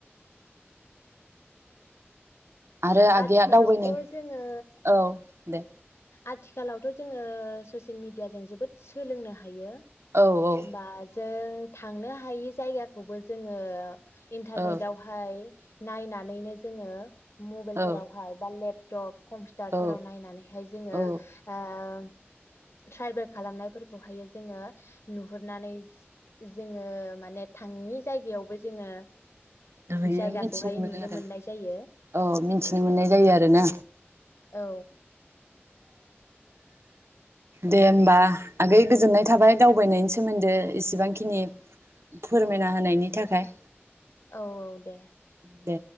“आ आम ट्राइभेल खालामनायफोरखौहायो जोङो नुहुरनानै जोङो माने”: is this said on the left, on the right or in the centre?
Left